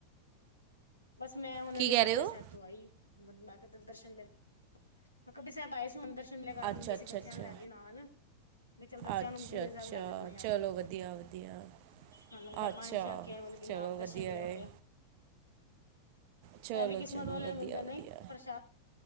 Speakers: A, on the left; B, on the right.
A: ਬਸ ਮੈਂ ਹੁਣ
B: ਕੀ
A: ਉਹਨ
B: ਕਹਿ
A: ਬੁੜੀ
B: ਰਹੇ ਹੋ
A: ਸਾਹਿਬ ਤੋਂ ਆਈ ਮੈਂ ਕਿਹਾ ਦਰਸ਼ਨ ਮੇ ਮੈਂ ਕਪੀ ਸਾਹਿਬ ਆਏ ਸੀ ਹੁਣ ਦਰਸ਼ਨ ਲੈ ਕਰਨ
B: ਅੱਛਾ
A: ਗਏ
B: ਅੱਛਾ
A: ਸੀ ਬੱਚਿਆਂ
B: ਅੱਛਾ
A: ਨੂੰ ਲੈ ਕੇ ਨਾਲ ਮੈਂ ਚੱਲ ਬੱਚਿਆਂ
B: ਅੱਛਾ-
A: ਨੂੰ ਬੁੜੀਆ
B: ਅੱਛਾ,
A: ਸਾਹਿਬ ਲੈ ਜਾਂਦੇ ਆ।
B: ਚਲੋ ਵਧੀਆ- ਵਧੀਆ।
A: ਹਾਂ ਲੰਗਰ
B: ਅੱਛਾ,
A: ਪਾਣੀ ਛੱਕ ਕੇ ਆਏ ਬਲਕਿ ਨਾਲ
B: ਚਲੋ ਵਧੀਆ
A: ਦਰਸ਼ਨ ਮੇਲੇ ਹੋ
B: ਏ।
A: ਗਏ,
B: ਚਲੋ-
A: ਐ ਵੀ ਕਿਸਮਤ
B: ਚਲੋ,
A: ਵਾਲੇ
B: ਵਧੀਆ-
A: ਨੂੰ ਮਿਲਦੇ ਨਹੀਂ,
B: ਵਧੀਆ।
A: ਪ੍ਰਸ਼ਾਦ